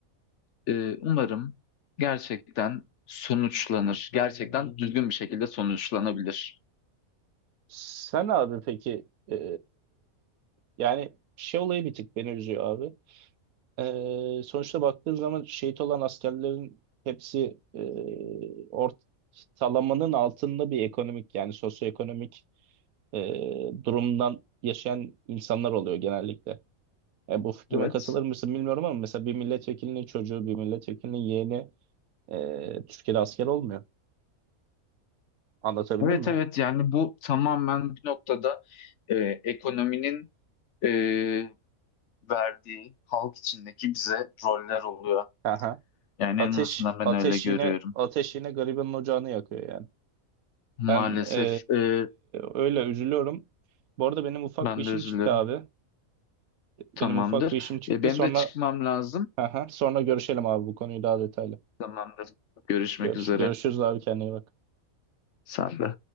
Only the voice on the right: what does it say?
Sen abi peki e, yani şey olayı bir tık beni üzüyor abi. Ee, sonuçta baktığın zaman şehit olan askerlerin hepsi e, ortalamanın altında bir ekonomik yani sosyoekonomik e, durumdan yaşayan insanlar oluyor genellikle. E, bu fikrime
katılır mısın bilmiyorum ama mesela bir milletvekilinin çocuğu, bir milletvekilinin yeğeni e, Türkiye'de asker olmuyor. Anlatabildim
mi?
Aha.
Ateş,
ateş
yine ateş yine garibanın ocağını yakıyor yani.
Ben e,
öyle üzülüyorum. Bu arada benim ufak
bir işim
çıktı abi. Benim
ufak bir işim çıktı.
Sonra
<laughs> sonra görüşelim abi bu konuyu daha detaylı.
Görüş,
görüşürüz abi kendine iyi bak.